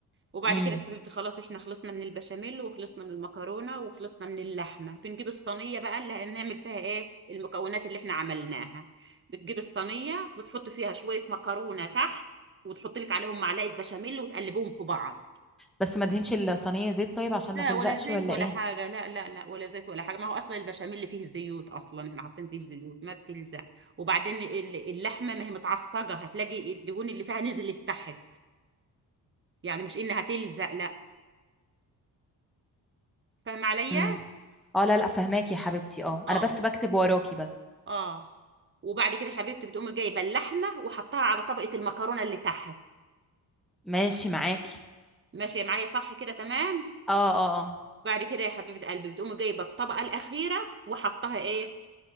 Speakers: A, on the right (about 30°); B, in the centre.
A: وبعد
B: امم
A: كده يا حبيبتي خلاص احنا خلصنا من البشاميل وخلصنا من المكرونة وخلصنا من اللحمة بنجيب الصينية بقى اللي هنعمل فيها ايه المكونات اللي احنا عملناها بتجيب الصينية بتحط فيها شوية مكرونة تحت وتحط لك عليهم معلقة بشاميل وتقلبهم في بعض
B: بس ما دهنش الصينية زيت طيب عشان
A: لا
B: ما تلزقش
A: ولا زيت
B: ولا
A: ولا
B: ايه
A: حاجة لا لا لا ولا زيت ولا حاجة ما هو أصلا البشاميل اللي فيه زيوت أصلا احنا حاطين فيه زيوت ما بتلزق وبعدين ال- اللحمة ما هي متعصجة هتلاقي الدهون اللي فيها نزلت تحت يعني مش إنها تلزق لا فاهم عليا؟
B: امم اه لا لا فهماكي يا حبيبتي اه
A: اه
B: انا بس بكتب وراكي بس
A: اه وبعد كده يا حبيبتي بتقومي جايبه اللحمه وحطها على طبقه المكرونه اللي تحت
B: ماشي معاكي
A: ماشيه معايا صح كده تمام
B: اه اه اه
A: بعد كده يا حبيبه قلبي بتقومي جايبه الطبقه الاخيره وحطها ايه